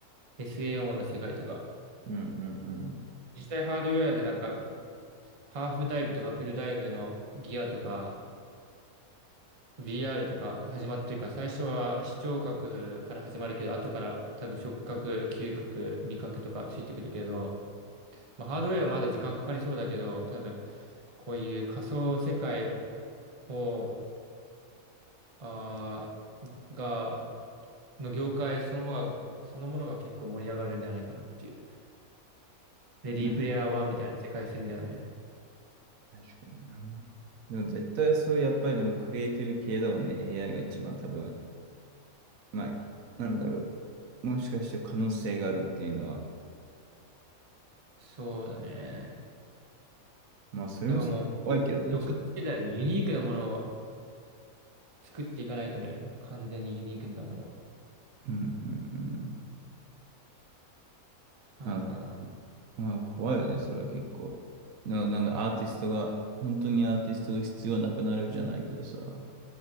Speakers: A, on the right; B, on the right.
A: SAO の世界とか。
B: うんうん
A: 実際ハードウェアでなんかハーフダイブとかフルダイブのギアとか VR とか始まってるから最初は視聴覚から始まるけど後から多分触覚、嗅覚、味覚とかついてくるけどまあ、ハードウェアはまだ時間かかりそうだけど、多分、こういう仮想世界を、あーが、の業界そのものが、そのものが結構盛り上がるんじゃないかなっていう。レディープレイヤー1みたいな世界線だよね。
B: うん。ね、確かにな。でも絶対そうやっぱりでもクリエイティブ系だもんね AI が一番多分まあなんだろうもしかして可能性があるっていうのは
A: そうだね。
B: まあそれもすごい怖いけどねちょっと。
A: なんかもう、本当に独自世代のユニークなものを作っていかないとね、完全にユニークなものっ
B: うんうんうん。
A: て感じかな。
B: あ、まあ、怖いよね、それは結構。な、なんかアーティストが、本当にアーティストが必要なくなるじゃないけどさ。